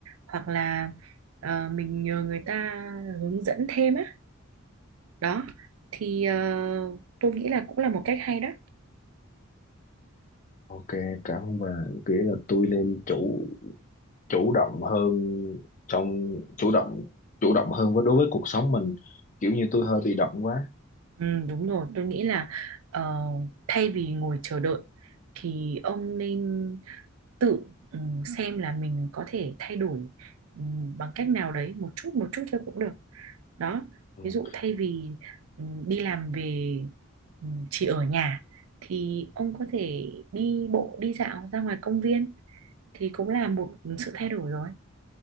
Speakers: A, on the right; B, on the left.
A: hoặc là ờ, mình nhờ người ta hướng dẫn thêm á đó thì ờ, tôi nghĩ là cũng là một cách hay đó
B: Ok, cảm ơn bà. Nghĩa là tôi nên chủ chủ động hơn trong chủ động chủ động hơn với đối với cuộc sống mình. Kiểu như tôi hơi bị động quá.
A: Ừ, đúng rồi, tôi nghĩ là ờ, thay vì ngồi chờ đợi thì ông nên tự ừ, xem là mình có thể thay đổi ừ, bằng cách nào đấy một chút một chút thôi cũng được. Đó,
B: Ừ.
A: ví dụ thay vì ừ, đi làm về ừ, chỉ ở nhà thì ông có thể đi bộ đi dạo ra ngoài công viên thì cũng là một sự thay đổi rồi.